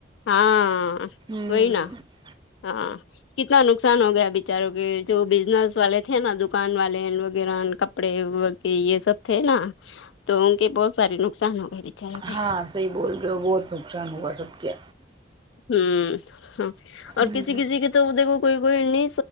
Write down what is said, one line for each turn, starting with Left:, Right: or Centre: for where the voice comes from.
Left: ہاں
Right: ہوں
Left: وہی نا ہاں کتنا نقصان ہو گیا بچاروں کے جو بزنس والے تھے نا دکان والے وغیرہ کپڑے یے سب تھے نا تو ان کے بہت ساری نقصان ہو گئے بچاروں کے
Right: ہاں صحیح بول رہے ہو بہت نقصان ہوا سب کے
Left: ہمم ہاں اور
Right: ہوں
Left: کسی کسی کے تو دیکھو کوئی کوئی نہیں